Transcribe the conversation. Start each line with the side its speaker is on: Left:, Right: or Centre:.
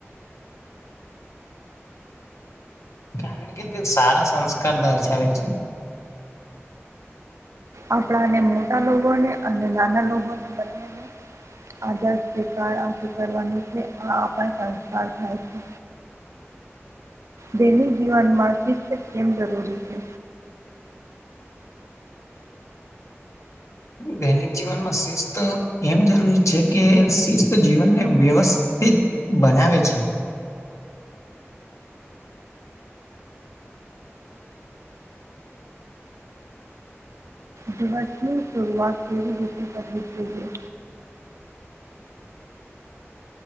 Left: કારણ કે તે સારા સંસ્કાર દર્શાવે છે.
Right: આપડા ને મોટા લોકોને અને નાના લોકો ને બંનેની આજે શ્રીકારા કરવાનું છે. આ આપડા સંસ્કાર થઈ છે, દૈનિક જીવનમાં શિસ્ત કેમ જરૂરી છે?
Left: દૈનિક જીવનમાં શિસ્ત એમ જરૂરી છે કે, શિસ્ત જીવનને વ્યવસ્થિત બનાવે છે.
Right: દિવસની શરૂઆત કેવી રીતે કરવી જોઈએ?